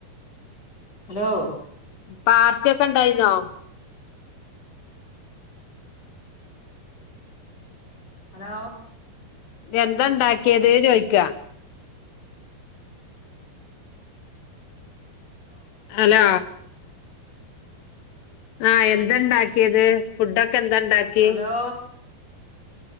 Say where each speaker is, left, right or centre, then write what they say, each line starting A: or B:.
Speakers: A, on the left (about 35°); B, on the left (about 80°).
A: ഹലോ
B: പാർട്ടിൊക്കെ ഇണ്ടായിുന്നോ
A: ഹലോ
B: എന്താ ഉണ്ടാക്കിയത് ചോയ്ിക്കാ അല്ല ആഹ എന്താണ്ടാക്കിയത് ഫുഡൊക്കെ എന്താ ഇണ്ടാക്കി
A: ഹലോ